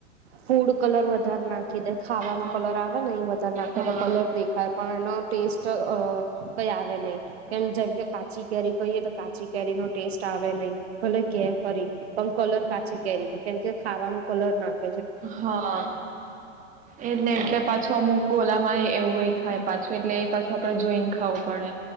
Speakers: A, on the right; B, on the right.
A: ફૂડ કલર વધારે નાખી દે ખાવાનો
B: હા
A: કલર આવે ને એ વધારે નાખે
B: હા
A: એટલે કલર દેખાય પણ એનો ટેસ્ટ કઈ આવે નહીિ કેમ જેમ કે કાચી કેરી કહીએ તો કાચી કેરીનોો ટેસ્ટ આવે હ નહી ભલે કે ફરી પણ કલર કાચી કેરી કેમ કે ખાવાનો કલર નાખ
B: હા એજ નહી એટલે પાછું અમુક ગોલામાં એવું એ થાય પાછું એટલે એ પાછું આપડે જોઈને ખાવું પડે